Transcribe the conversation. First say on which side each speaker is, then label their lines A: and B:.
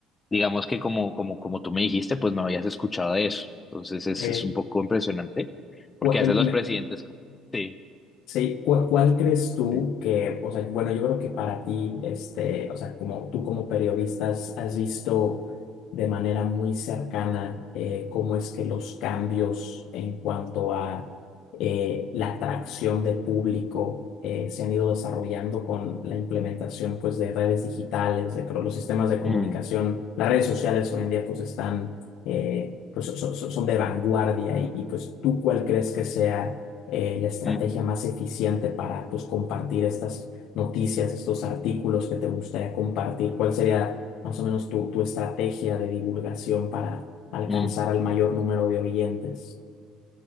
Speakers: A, on the left (about 20°); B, on the left (about 70°).
A: digamos que como como como tú me dijiste, pues no habías escuchado de eso. Entonces, es,
B: Eh,
A: es un poco impresionante
B: cu-
A: porque
B: em-
A: a veces los
B: me-
A: presidentes como- sí,
B: Sí, ¿cu- ¿cuál, crees tú
A: sí.
B: que, o sea, bueno, yo creo que para ti, este, o sea, como tú como periodista has, has visto de manera muy cercana eh, cómo es que los cambios en cuanto a eh, la atracción de público eh, se han ido desarrollando con la implementación, pues, de redes digitales, de cro- los sistemas de comunicación,
A: Mm,
B: las redes sociales hoy en día, pues, están, eh, pues, so- so- son de vanguardia y, y, pues, ¿tú cuál crees que sea? eh, la estrategia
A: ujú,
B: más eficiente para pues, compartir estas noticias, estos artículos que te gustaría compartir? ¿Cuál sería más o menos tu, tu estrategia de divulgación para alcanzar
A: ujú.
B: al mayor número de oyentes?